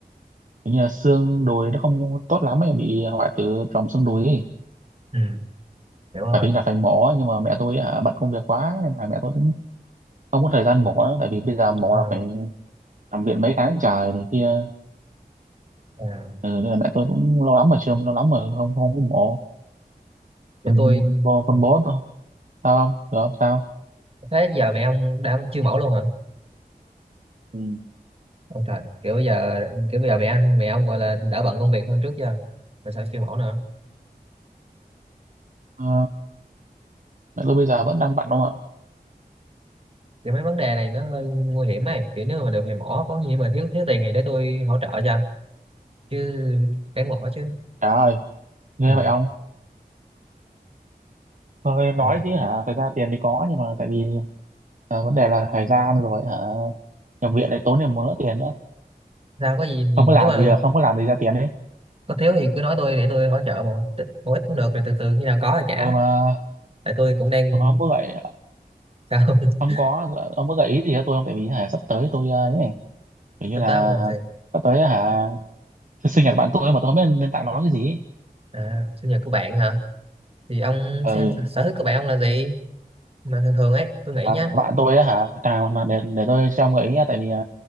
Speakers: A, on the right (about 50°); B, on the right (about 35°).
A: Hình như là xương đùi nó không tốt lắm ấy bị hoại tử tròng xương đùi ấy.
B: Ừ. hiểu rồi
A: phải hình như là phải mổ nhưng mà mẹ tôi hả bận công việc quá nên là mẹ tôi cũng không có thời gian mổ nữa. tại vì bây giờ mổ
B: Ờ,
A: là phải nằm viện mấy tháng trời này kia
B: à,
A: ừ, nên là mẹ tôi cũng lâu lắm mà chưa lâu lắm mà không không có mổ
B: kiểu
A: còn
B: tôi
A: bố
B: ờ,
A: con bố tôi sao không được không sao
B: thế giờ mẹ ông đã chưa mẫu luôn hả
A: Ừ.
B: Ôi trời, kiểu bây giờ kiểu bây giờ mẹ anh mẹ ông gọi là đỡ bận công việc hơn trước chưa mà sao siêu mẫu nữa
A: Ờ, mẹ tôi bây giờ vẫn đang bận không ạ
B: kiểu mấy vấn đề này nó hơi nguy hiểm ấy kiểu nếu mà được thì mỏ có nghĩa mà thiếu thiếu tiền thì để tôi hỗ trợ cho chứ đáng mỏ chứ
A: trời ơi ghê
B: ừ.
A: vậy không tôi nói
B: rồi
A: chứ hả thời gian tiền thì có nhưng mà tại vì à, vấn đề là thời gian rồi hả nhập viện này tốn thêm mớ tiền nữa
B: sao có gì thì
A: không có làm
B: nếu mà
A: thì được không có làm thì ra tiền đấy
B: có thiếu thì cứ nói tôi để tôi hỗ trợ một ít, một ít cũng được rồi từ từ khi nào có thì trả
A: ừ mà
B: tại tôi cũng đang
A: ừ mà ông có gợi
B: sao <laughs>
A: ông có ông có gợi ý gì cho tôi không tại vì hả sắp tới tôi ờ, ấy này, kiểu như
B: sắp
A: là
B: tới ông làm gì
A: sắp tới hả sinh nhật bạn tôi mà tôi không biết nên tặng nó cái gì ấy.
B: à sinh nhật của bạn hả thì ông
A: ừ
B: xem sở thích của bạn ông là gì mà thường thường ấy tôi nghĩ
A: à,
B: nhá
A: bạn tôi á hả à, mà để để tôi cho ông gợi ý nha tại vì ờ,